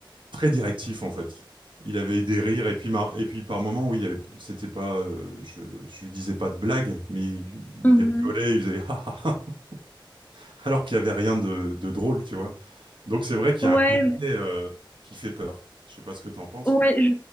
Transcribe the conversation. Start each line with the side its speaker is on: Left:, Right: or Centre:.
Right: très directif en fait il avait eu des rires et puis mar- et puis par moments oui il y avait c'était pas euh, je, je lui disais pas de blague mais il, il
Left: Mhm.
Right: rigolait il faisait ah, ah, ah <laughs> alors qu'il y avait rien de, de drôle tu vois donc c'est vrai qu'il
Left: Ouais,
Right: y a un côté euh, qui fait peur je sais pas ce que tu en penses
Left: Ouais,
Right: mais
Left: je...